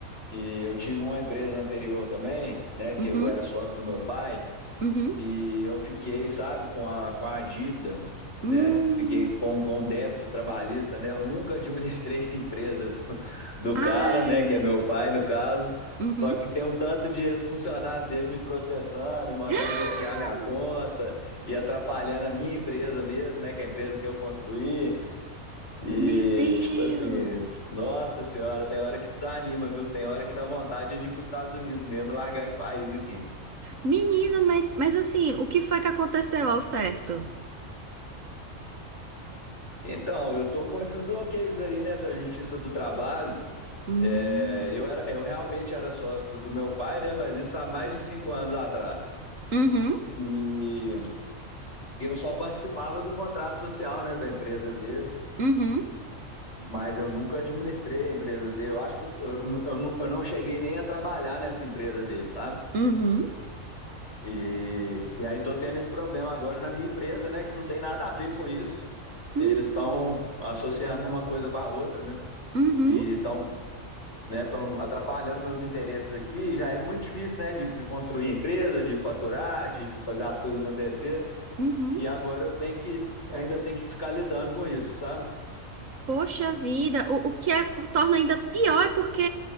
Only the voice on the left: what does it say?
E eu tive uma empresa anterior também, né, que
eu era sócio do meu pai,
e eu fiquei, sabe, com a, com a dívida,
né, fiquei com, com o débito trabalhista, né, eu nunca <laughs> administrei a empresa do, do
cara, né, que é meu pai no caso,
só que tem um tanto de ex-funcionário dele me processando e mandando
bloquear minha conta e atrapalhando a minha empresa mesmo, né, que é a empresa que eu construí. E,
tipo assim, nossa senhora, tem hora que desanima, viu? Tem hora que dá vontade de ir para os Estados Unidos mesmo e largar esse país aqui.
Então, eu tô com esses bloqueios aí, né, da Justiça do Trabalho.
É, eu era, eu realmente era sócio do, do meu pai, né, mas isso há mais de cinco anos atrás.
E eu só participava do contrato social, né, da empresa dele,
mas eu nunca administrei a empresa dele. Eu acho que eu, eu, eu não cheguei nem a trabalhar nessa empresa dele, sabe?
E, e aí tô tendo esse problema agora na minha empresa, né? Que não tem nada a ver com isso.
Eles estão associando uma coisa com a outra, né?
E estão, né, estão atrapalhando meus interesses aqui. Já é muito difícil, né? De, de construir empresa, de faturar, de, de fazer as coisas acontecer.
E agora eu tenho que ainda tem que ficar lidando com isso, sabe?